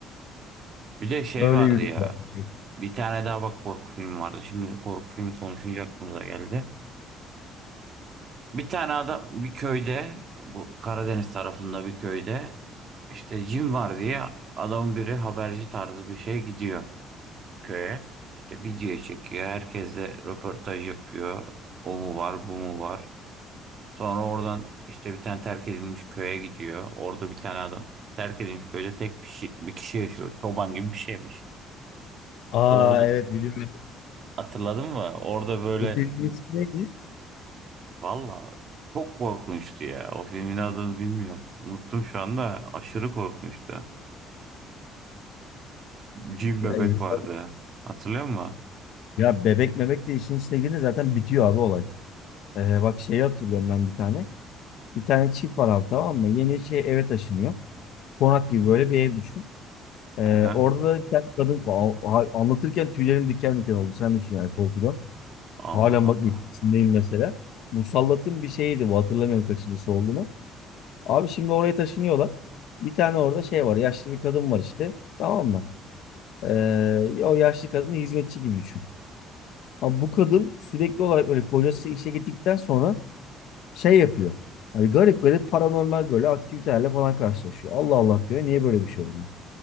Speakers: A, on the right (about 50°); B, on the left (about 65°).
A: Bir de şey
B: Öyle
A: vardı
B: yürüyorlar
A: ya.
B: bence.
A: Bir tane daha bak korku filmi vardı. Şimdi korku filmi konuşunca aklımıza geldi. Bir tane adam bir köyde bu Karadeniz tarafında bir köyde işte cin var diye adamın biri haberci tarzı bir şeye gidiyor köye. İşte video çekiyor. Herkesle röportaj yapıyor. O mu var, bu mu var. Sonra oradan işte bir tane terk edilmiş köye gidiyor. Orada bir tane adam terk edilmiş köyde tek bir, şey, bir kişi yaşıyor. Çoban gibi bir şeymiş.
B: Aa
A: Orada
B: evet biliyorum.
A: hatırladın mı? Orada böyle
B: O ismi neydi?
A: Valla çok korkunçtu ya. O filmin adını bilmiyorum. Unuttum şu anda. Aşırı korkunçtu. Cin
B: Ya,
A: bebek
B: insan-
A: vardı. Hatırlıyor musun?
B: ya bebek mebek de işin içine girince zaten bitiyor abi olay. Ee, bak şeyi hatırlıyorum ben bir tane. Bir tane çift var abi tamam mı? Yeni şey eve taşınıyor. Konak gibi böyle bir ev düşün. Ee,
A: Aha.
B: orada da bir tane kadın Aa, ha- anlatırken tüylerim diken diken oldu. Sen düşün yani korkudan.
A: Allah
B: Halen bak
A: Allah.
B: etkisindeyim mesela. Musallat'ın bir şeyiydi bu hatırlamıyorum kaçıncısı olduğunu. Abi şimdi oraya taşınıyorlar. Bir tane orada şey var. Yaşlı bir kadın var işte. Tamam mı? Ee, o yaşlı kadını hizmetçi gibi düşün. Ama bu kadın sürekli olarak böyle kocası işe gittikten sonra şey yapıyor. Hani garip garip paranormal böyle aktivitelerle falan karşılaşıyor. Allah Allah diyor. Niye böyle bir şey oluyor?